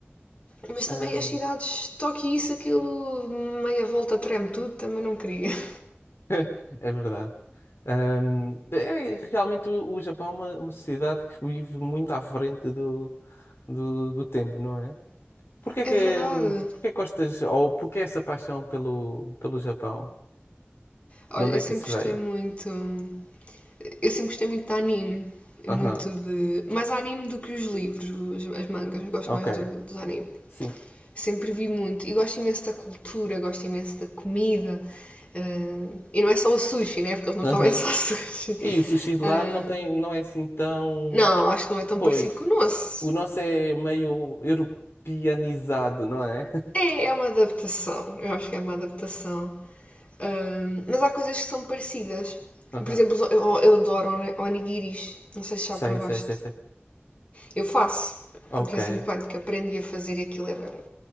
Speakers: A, on the left; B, on the left.
A: Mas também
B: Ahm,
A: as cidades, Tóquio isso, aquilo, meia volta treme tudo, também não queria. <laughs>
B: <laughs> é verdade. Ahm, é realmente o, o Japão é uma, uma sociedade que vive muito à frente do, do, do tempo, não é? Porquê é
A: É
B: que,
A: verdade.
B: hum, porquê é que gostas, ou porquê essa paixão pelo, pelo Japão?
A: Olha,
B: De onde
A: eu
B: é
A: sempre
B: que isso
A: gostei
B: veio?
A: muito. hum, Eu sempre gostei muito de anime.
B: Aham,
A: Muito de. Mais anime do que os livros, as, mangas. Gosto
B: ok,
A: mais do, dos anime.
B: sim.
A: Sempre vi muito. E gosto imenso da cultura, gosto imenso da comida. ah, e não é só o sushi, né? Porque eles não
B: Aham.
A: comem <laughs> só sushi.
B: E o sushi de
A: Ah,
B: lá não tem, não é assim tão.
A: não, acho que não é tão
B: Pois,
A: parecido com o nosso.
B: o nosso é meio europeanizado, não é?
A: É, é uma adaptação. Eu acho que é uma adaptação. Ah, mas há coisas que são parecidas.
B: <laughs> Aham,
A: Por exemplo, eu, eu adoro oni- onigiris. Não sei se já
B: Sei,
A: provaste.
B: sei, sei, sei.
A: Eu faço.
B: Ok.
A: De vez em quando que aprendi a fazer aquilo é bem bom.